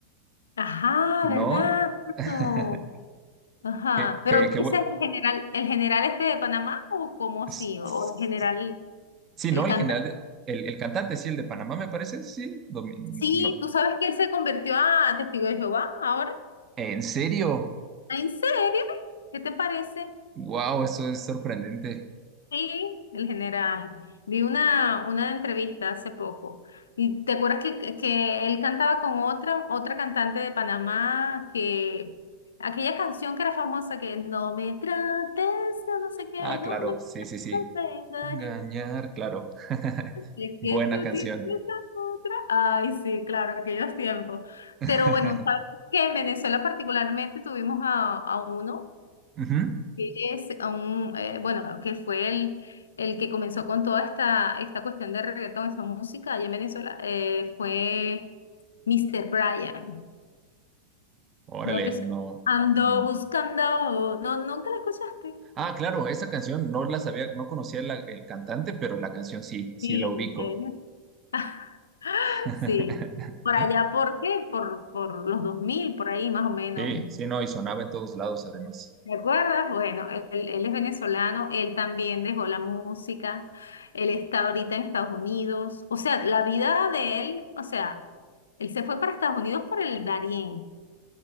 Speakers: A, on the left; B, on the right.
A: Ajá,
B: ¿no?
A: ¿verdad?
B: <laughs>
A: Claro. Ajá,
B: Que, que,
A: pero
B: que
A: tú dices
B: bu-
A: el general, el general este de Panamá o cómo así,
B: S-
A: o
B: s-
A: el general,
B: Sí,
A: el
B: no,
A: cantante.
B: el general, de- el, el cantante, sí, el de Panamá, me parece, sí. domi-
A: Sí,
B: no.
A: tú sabes que él se convirtió a testigo de Jehová ahora.
B: ¿En serio?
A: Ah, ¿En serio? ¿Qué te parece?
B: Wow, eso es sorprendente.
A: Sí, el general. Vi una, una entrevista hace poco. ¿Y te acuerdas que, que él cantaba con otra, otra cantante de Panamá que aquella canción que era famosa que no me trates, de no sé qué,
B: Ah, claro,
A: no me
B: sí, sí, sí.
A: trates. de engañar?
B: Engañar, claro. <laughs>
A: De
B: Buena
A: que tú
B: canción.
A: tienes esa otra. Ay, sí, claro, aquellos tiempos.
B: <laughs>
A: Pero bueno, sabes que en Venezuela particularmente tuvimos a, a uno
B: Ujú.
A: que es a un, eh, bueno, que fue el, el que comenzó con toda esta, esta cuestión de reggaetón, esa música allá en Venezuela, eh, fue Mr. Brian.
B: Órale,
A: ¿No te suena?
B: no.
A: Ando
B: Mm.
A: buscando. No, nunca la escuchaste.
B: Ah, claro, esa canción no la sabía, no conocía la- el cantante, pero la canción sí, sí
A: Sí,
B: la ubico.
A: él. <laughs>
B: <laughs>
A: Sí, por allá, ¿por qué? Por, por los 2000 por ahí más o menos.
B: Sí, sí, no, y sonaba en todos lados además.
A: ¿Te acuerdas? Bueno, él, él es venezolano, él también dejó la música, él está ahorita en Estados Unidos, o sea, la vida de él, o sea, él se fue para Estados Unidos por el Darién,